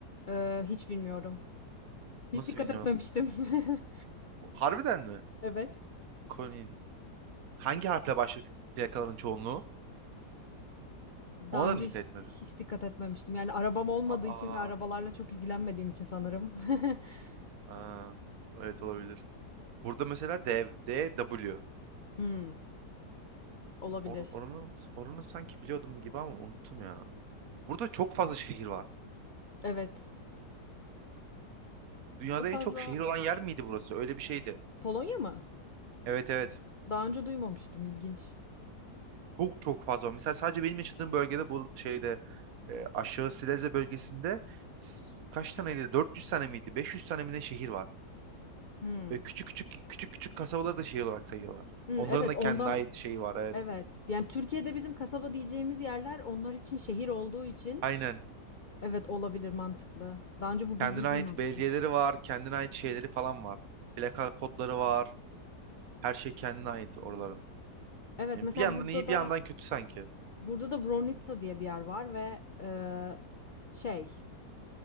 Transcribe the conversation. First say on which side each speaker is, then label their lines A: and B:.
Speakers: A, on the left; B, on the right.
A: E, hiç bilmiyorum. Hiç
B: Nasıl
A: dikkat
B: bilmiyorum.
A: etmemiştim. <laughs>
B: Harbiden mi?
A: Evet.
B: Konin. Hangi harfle başlıyor plakaların çoğunluğu?
A: Daha
B: Ona
A: önce
B: da mı dikkat
A: hiç,
B: etmedin?
A: hiç dikkat etmemiştim. Yani arabam olmadığı
B: Aa,
A: için ve arabalarla çok ilgilenmediğim için sanırım. <laughs>
B: aa. Evet olabilir. Burada mesela D, DW.
A: Hmm, olabilir.
B: Or, oranı, oranı sanki biliyordum gibi ama unuttum ya. Burada çok fazla şehir var.
A: Evet.
B: Dünyada
A: Çok fazla.
B: en çok şehir olan yer miydi burası? Öyle bir şeydi.
A: Polonya mı?
B: Evet evet.
A: Daha önce duymamıştım. İlginç.
B: Çok çok fazla var. Mesela sadece benim yaşadığım bölgede bu şeyde e, aşağı Silezya bölgesinde s- kaç taneydi? 400 tane miydi? 500 tane mi ne şehir var?
A: Hmm.
B: Ve küçük küçük küçük küçük kasabaları da şey olarak sayıyorlar.
A: Hmm,
B: Onların
A: evet
B: da
A: ondan
B: kendine ait şeyi var evet.
A: evet. Yani Türkiye'de bizim kasaba diyeceğimiz yerler onlar için şehir olduğu için
B: Aynen.
A: evet olabilir mantıklı. Daha önce bu
B: Kendine
A: bilgiyi
B: ait
A: duymamıştım.
B: belediyeleri var, kendine ait şeyleri falan var. Plaka kodları var. Her şey kendine ait oraların.
A: Evet
B: Yani
A: mesela
B: bir yandan
A: burada
B: iyi
A: da
B: bir yandan kötü sanki.
A: burada da Bronitsa diye bir yer var ve e, şey